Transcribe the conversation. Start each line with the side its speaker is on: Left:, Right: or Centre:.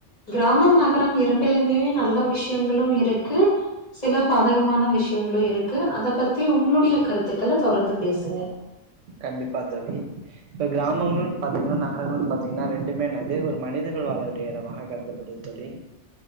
Left: கிராமம், நகரம் இரண்டுலுமே நல்ல விஷ்யங்களு இருக்கு சில பாதகமான விஷ்யங்களு இருக்கு அத பத்தி உங்ளுடைய கருத்துக்கள தொடர்ந்து பேசுங்க
Right: கண்டிப்பா தோழி இப்ப கிராமங்கள்ன் பாத்தீங்கன்னா நகரங்கள்னு பா்த்தீங்கன்னா ரெண்டுமே என்னது ஒரு மனிதர்கள் வாழ வேண்டிய எடமாக கருதப்படுது தோழி